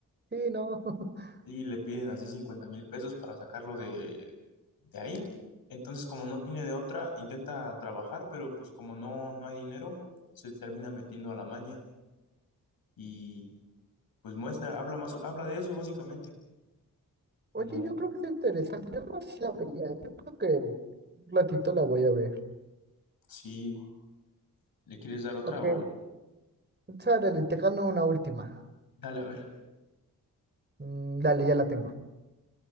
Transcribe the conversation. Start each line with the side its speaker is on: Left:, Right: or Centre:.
Right: Sí, no. <laughs>
Left: y le piden así cincuenta mil pesos para sacarlo de, de ahí. Entonces, como no tiene de otra, intenta trabajar, pero pues como no, no hay dinero, se termina metiendo a la maña y pues muestra, habla más, habla de eso básicamente,
Right: Oye,
Left: como
Right: yo creo que es interesante. Yo creo que sí la vería. Yo creo que un ratito la voy a ver.
Left: si le quieres dar otra
Right: Ok,
Left: o
Right: sárale, te gano una última.
Left: dale a ver.
Right: Mm, dale, ya la tengo.